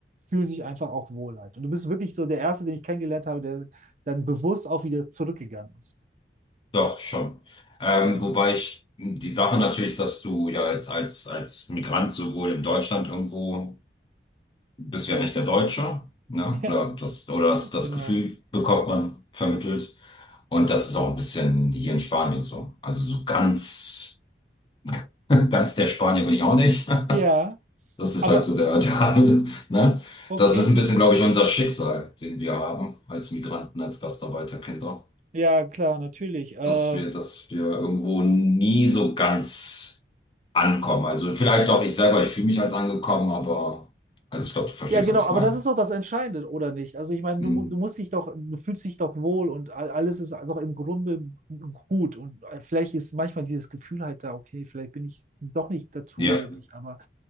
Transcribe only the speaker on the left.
Doch, schon. Ähm,
wobei ich die Sache natürlich, dass du ja als, als, als Migrant sowohl in Deutschland irgendwo bist du
ja nicht der Deutsche, ne?
Oder das, oder das, das
Gefühl bekommt man vermittelt. Und das ist auch ein bisschen hier in Spanien so. Also so ganz, <laughs> ganz der Spanier bin ich auch nicht. <laughs>
Das ist
halt so der, <laughs> der, ne?
Das ist ein bisschen, glaube ich, unser Schicksal, den wir haben als Migranten, als Gastarbeiterkinder,
dass wir, dass wir irgendwo nie so ganz ankommen. Also vielleicht doch ich selber, ich fühle mich als angekommen, aber also ich glaube, du verstehst,
was ich
meine.
Hm.
Ja,